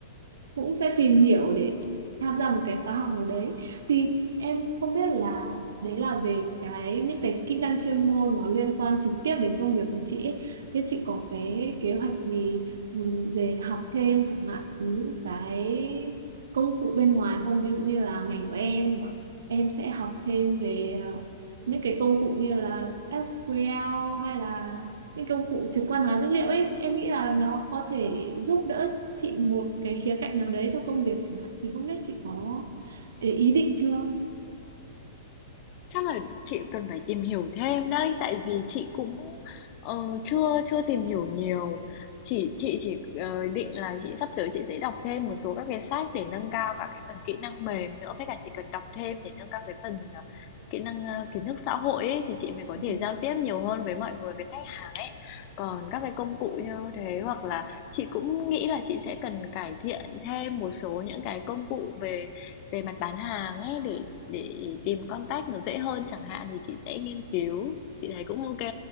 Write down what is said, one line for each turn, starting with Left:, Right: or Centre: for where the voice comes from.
Right: cũng sẽ tìm hiểu để tham gia một cái khóa học nào đấy thì em không biết là đấy là về cái những cái kỹ năng chuyên môn nó liên quan trực tiếp đến công việc của chị ấy. Thế chị có cái kế hoạch gì ừ, về học thêm chẳng hạn những cái công cụ bên ngoài không ví dụ như là ngành của em bọn em sẽ học thêm về ờ, những cái công cụ như là SQL hay là những công cụ trực quan hóa dữ liệu ấy em nghĩ là nó có thể giúp đỡ chị một cái khía cạnh nào đấy trong công việc chẳng hạn thì không biết chị có ý ý định chưa
Left: Chắc là chị cần phải tìm hiểu thêm đấy, tại vì chị cũng ờ, chưa chưa tìm hiểu nhiều. Chỉ chị chỉ ờ, định là chị sắp tới chị sẽ đọc thêm một số các cái sách để nâng cao cả cái phần kỹ năng mềm nữa, với cả chị cần đọc thêm để nâng cao cái phần ờ, kỹ năng ờ, kiến thức xã hội ấy, thì chị mới có
Right: <laughs>
Left: thể giao tiếp nhiều hơn với mọi người, với khách hàng ấy. Còn các cái công cụ như thế hoặc là chị cũng nghĩ là chị sẽ cần cải thiện thêm một số những cái công cụ về về mặt bán hàng ấy để để tìm contact nó dễ hơn chẳng hạn thì chị sẽ nghiên cứu, chị thấy cũng OK.